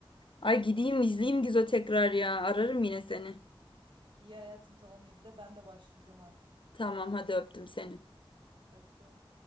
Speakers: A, on the left; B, on the right.
A: Ay gideyim izleyeyim Gizo tekrar ya. Ararım yine seni.
B: İyi hayatım tamam izle ben de başlayacağım artık.
A: Tamam hadi öptüm seni.
B: Öptüm.